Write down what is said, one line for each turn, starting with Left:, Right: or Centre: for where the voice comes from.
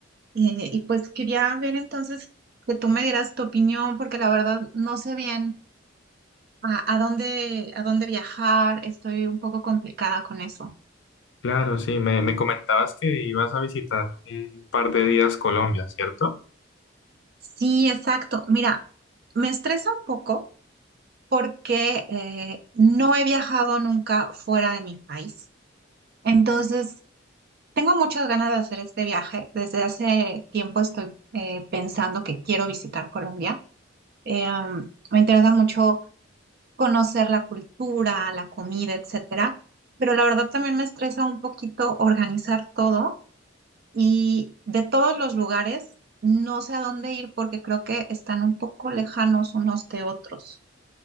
Right: eh, y pues quería ver entonces que tú me dieras tu opinión porque la verdad no sé bien a, a dónde, a dónde viajar, estoy un poco complicada con eso.
Left: Claro, sí, me, me comentabas que ibas a visitar en un par de días Colombia, ¿cierto?
Right: Sí, exacto. Mira, me estresa un poco porque eh, no he viajado nunca fuera de mi país. Entonces, Tengo muchas ganas de hacer este viaje. Desde hace tiempo estoy eh, pensando que quiero visitar Colombia. Eh, um, me interesa mucho conocer la cultura, la comida, etcétera. Pero la verdad también me estresa un poquito organizar todo y de todos los lugares no sé a dónde ir porque creo que están un poco lejanos unos de otros.